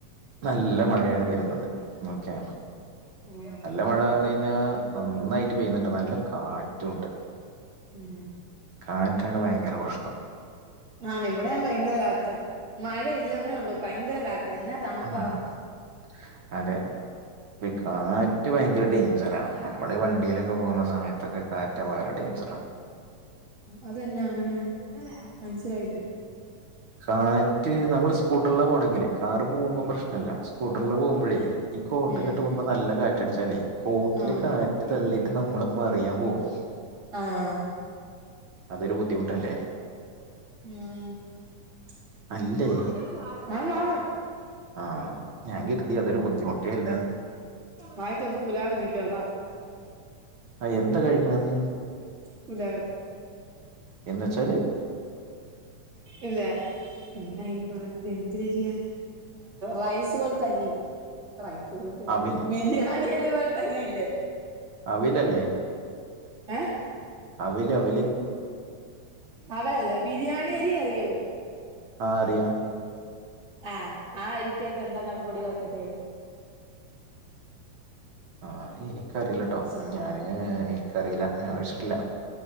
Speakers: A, on the right; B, on the right.
A: നല്ല മഴയാണ് വരുന്നത് നോക്യാ
B: ഉം
A: നല്ല മഴ പർണ്കയ്ഞ്ഞാ നന്നായിട്ട് പെയ്യുന്നുണ്ട് നല്ല കാറ്റുണ്ട്
B: ഉം
A: കാറ്റാണ് ഭയങ്കര പ്രശ്നം
B: ആണ് ഇവിടേം ഭയങ്കരം കാറ്റാ മഴ ഇല്ലെന്നേ ഉള്ളൂ ഭയങ്കരം കാറ്റ എന്നാ തണുപ്പാ
A: ആഹ് അതെ ഇക്കാറ്റ് ഭയങ്കരം ഡേയ്ഞ്ചറാണ് നമ്മളീ വണ്ടിയിലൊക്കെ പോകുന്ന സമയത്തൊക്കെ കാറ്റ് വേറെ ഡേഞ്ചറണ്
B: അതെന്നാ അങ്ങനെ മനസ്സിലായില്ല
A: കാറ്റ് നമ്മള് സ്കൂട്ടർലാ പോണെങ്കില് കാറ് പോകുമ്പോ പ്രശ്നല്ല സ്കൂട്ടർല് പോകുമ്പോഴേ ഈ കോട്ടക്കെട്ട്
B: ഉം
A: പോകുമ്പോ നല്ല കാറ്റടിച്ചാലേ കോട്ടില്
B: ആഹ്
A: കാറ്റ് തള്ളിട്ട് നമ്മള് മറിയാൻ പോവും
B: ആഹ്
A: അതൊരു ബുദ്ധിമുട്ടല്ലേ
B: ഉം ആന്
A: അല്ലേ
B: ആന്
A: ആഹ് ഞാൻ കര്തി അതൊരു ബുദ്ധിമുട്ടേ അല്ലാന്ന്
B: മയ്ക്കകത്ത് പുലാവിരിക്കാതാ
A: ആഹ് എന്താ കഴിക്കണത്
B: പുലാവ്
A: എന്ന് വെച്ചാല്
B: ഇല്യ പിന്നെ അയിന് പറഞ്ഞത് എന്തെരെരിയ റൈസ് പോലത്തെ അരീത് റൈസ് പോലത്തരി
A: അവിൽ
B: ബിരിയാണി അരി പോലത്തരിയില്ലേ
A: അവിലല്ലേ
B: ഏഹ്
A: അവില് അവില്
B: അവലല്ല ബിരിയാണി അരി അറിയോ
A: ആഹ് അറിയാ
B: ആഹ ആ അരിക്കകത്ത് എന്താട്ടൊക്കെ പൊടി വർത്തിട്ടേക്കുന്നു
A: ആഹ് എനിക്കറീല്ലട്ടോ
B: സാനം
A: ഞാന് എനിക്കറിയില്ല ഞാൻ കഴിച്ചിട്ടില്ല